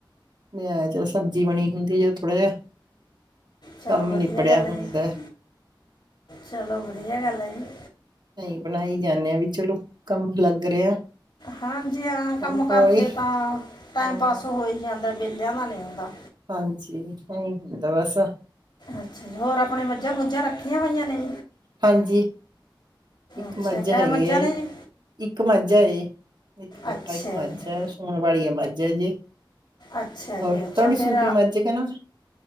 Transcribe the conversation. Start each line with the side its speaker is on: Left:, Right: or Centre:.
Right: ਨਿਆ ਚਲੋ ਸਬਜ਼ੀ ਬਣੀ ਹੁੰਦੀ ਹੈ, ਜੇ ਥੋੜਾ ਜਿਹਾ,
Left: ਚਲੋ
Right: ਕੰਮ
Left: ਵਧੀਆ
Right: ਨਿਬੜਿਆ
Left: ਗੱਲ
Right: ਹੁੰਦਾ।
Left: ਹੈ ਜੀ ਚਲੋ ਵਧੀਆ ਗੱਲ ਹੈ ਜੀ
Right: ਅਸੀਂ ਬਣਾਈ ਜਾਂਦੇ ਆ, ਵੀ ਚਲੋ ਕੰਮ ਲੱਗ ਰਿਹਾ।
Left: ਹਾਂਜੀ ਹਾਂ। ਕੰਮ
Right: ਹੌਲੀ
Left: ਕਰਦੇ
Right: ਹੌਲੀ
Left: ਤਾਂ ਟਾਈਮ
Right: ਹਾਂ
Left: ਪਾਸ ਹੋ ਹੀ ਜਾਂਦਾ, ਵਿਹਲਿਆਂ ਦਾ ਨਹੀਂ ਹੁੰਦਾ।
Right: ਹਾਂਜੀ ਨਹੀਂ ਹੁਣ ਤਾਂ ਬੱਸ।
Left: ਅੱਛਾ, ਜੀ ਹੋਰ ਆਪਣੇ ਮੱਝਾਂ ਮੁਝਾਂ ਰੱਖੀਆਂ ਹੋਈਆਂ ਨੇ।
Right: ਹਾਂਜੀ, ਇੱਕ
Left: ਅੱਛਾ
Right: ਮੱਝ ਹੈਗੀ
Left: ਕੈ ਮੱਝਾਂ
Right: ਏ।
Left: ਨੇ ਜੀ
Right: ਇੱਕ ਮੱਝ ਹੈ, ਜੀ ਇੱਕ ਕੱਟਾ,
Left: ਅੱਛਾ
Right: ਇੱਕ ਮੱਝ
Left: ਜੀ
Right: ਹੈ, ਸੂਨ ਵਾਲੀ ਮੱਝ ਹੈ ਜੀ।
Left: ਅੱਛਾ
Right: ਹੋਰ,
Left: ਜੀ ਅੱਛਾ
Right: ਤੁਹਾਡੀ ਸੂਪੀ
Left: ਫਿਰ
Right: ਮੱਝ ਕੇ ਨਾ।